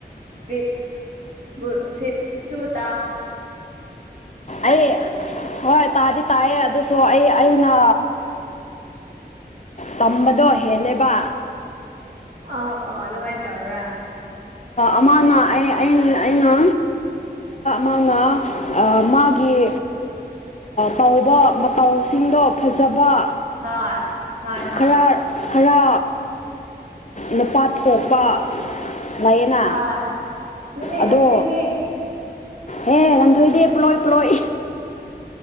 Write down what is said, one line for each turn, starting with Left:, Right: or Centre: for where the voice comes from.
Right: ꯐ ꯐ ꯁ
Left: ꯑꯩ ꯍꯣꯏ ꯇꯥꯗꯤ ꯇꯥꯏꯌꯦ ꯑꯗꯨꯁꯨ ꯑꯩ ꯑꯩꯅ ꯇꯝꯕꯗꯣ ꯍꯦꯜꯂꯦꯕ
Right: ꯑꯣ ꯑꯣ ꯑꯗꯨꯃꯥꯏꯅ ꯇꯧꯔꯥ
Left: ꯑꯃꯅ ꯑꯩ ꯑ ꯑꯩꯅ ꯃꯥꯅ ꯃꯥꯒꯤ ꯇꯧꯕ ꯃꯇꯧꯁꯤꯡꯗꯣ ꯐꯖꯕ
Right: ꯍꯣꯏ ꯍꯣꯏ ꯍꯣꯏ
Left: ꯈꯔ ꯈꯔ ꯅꯨꯄꯥ ꯊꯣꯛꯄ ꯂꯥꯛꯌꯦꯦꯅ
Right: ꯍꯣꯏ ꯑꯗꯨꯗꯤ
Left: ꯑꯗꯣ
Right: ꯒꯟꯊꯨꯏꯅꯦ
Left: ꯍꯦ ꯉꯥꯟꯊꯣꯏꯗꯤꯦ ꯄ꯭ꯂꯣꯏ ꯄ꯭ꯂꯣꯏ